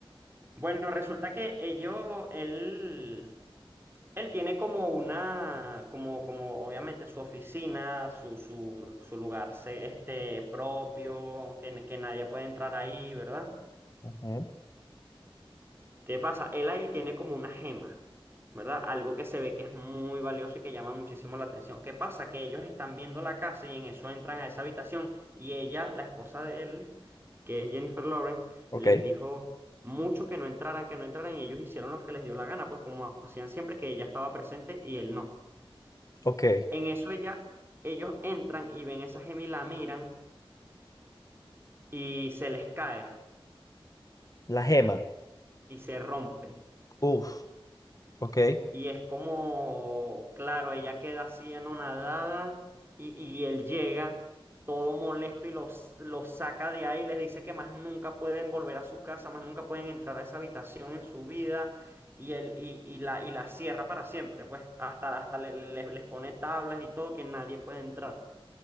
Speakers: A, on the right; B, on the left.
A: Bueno, resulta que ellos, él... Él tiene como una, como, como obviamente su oficina, su, su, su lugar se- este, propio, que, que nadie puede entrar ahí, ¿verdad?
B: ujú,
A: ¿Qué pasa? Él ahí tiene como una gema, ¿verdad? Algo que se ve que es muy valioso y que llama muchísimo la atención. ¿Qué pasa? Que ellos están viendo la casa y en eso entran a esa habitación y ella, la esposa de él, que es Jennifer Lawrence,
B: ok,
A: les dijo mucho que no entraran, que no entraran y ellos hicieron lo que les dio la gana, pues como hacían siempre que ella estaba presente y él no.
B: ok,
A: En eso ella, ellos entran y ven esa gema y la miran y se les cae
B: la gema,
A: y se rompe.
B: uf. Ok,
A: Y es como, claro, ella queda así anonadada y, y él llega todo molesto y los, los saca de ahí les dice que más nunca pueden volver a su casa, más nunca pueden entrar a esa habitación en su vida y, él, y, y la, y la cierra para siempre, pues hasta, hasta le- le- les pone tablas y todo que nadie puede entrar.